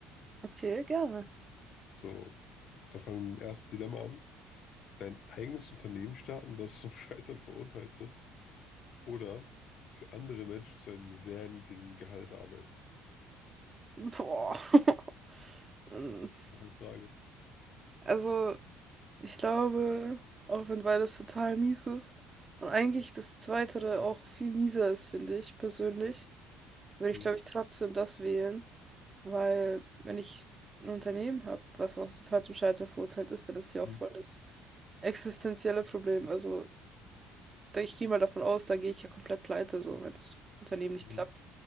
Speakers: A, on the right (about 30°); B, on the left (about 60°).
A: Okay, gerne.
B: So, da fangen wir mit dem ersten Dilemma an. Dein eigenes Unternehmen starten, das zum <laughs> Scheitern verurteilt ist, oder für andere Menschen zu einem sehr niedrigen Gehalt arbeiten.
A: Boah. <laughs> Ähm,
B: Auch eine Frage.
A: Also, ich glaube, auch wenn beides total mies ist und eigentlich das Zweite auch viel mieser ist, finde ich persönlich, würde ich,
B: Mhm.
A: glaube ich, trotzdem das wählen, weil wenn ich ein Unternehmen habe, was auch total zum Scheitern verurteilt ist, dann ist ja
B: Mhm.
A: auch voll das existenzielle Problem. Also, da- ich gehe mal davon aus, da gehe ich ja komplett pleite, so wenn das Unternehmen nicht
B: Mhm.
A: klappt.